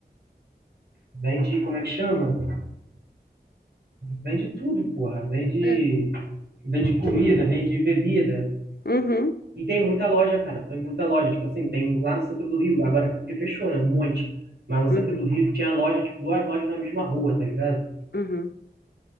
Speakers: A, on the right; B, on the left.
A: vende, como é que chama? Vende tudo, porra. Vende,
B: É.
A: vende comida, vende bebida.
B: Uhum,
A: E tem muita loja, cara. Tem muita loja. Tipo assim, tem lá no centro do Rio. Agora, porque fechou, né? Um monte. Mas no centro
B: uhum,
A: do Rio tinha loja, tipo, duas lojas na mesma rua, tá ligado?
B: uhum.